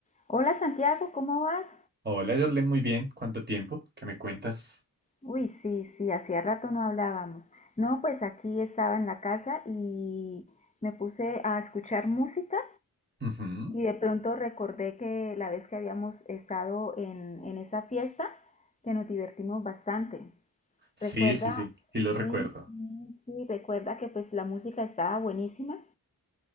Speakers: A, on the left; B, on the right.
A: Hola Santiago, ¿cómo vas?
B: Hola, Jorlen, muy bien. ¿Cuánto tiempo? ¿Qué me cuentas?
A: Uy, sí, sí, hacía rato no hablábamos. No, pues aquí estaba en la casa y me puse a escuchar música
B: Ujú.
A: y de pronto recordé que la vez que habíamos estado en, en esa fiesta, que nos divertimos bastante.
B: Sí,
A: Recuerda,
B: sí, sí, y lo recuerdo.
A: sí, sí, sí, recuerda que pues la música estaba buenísima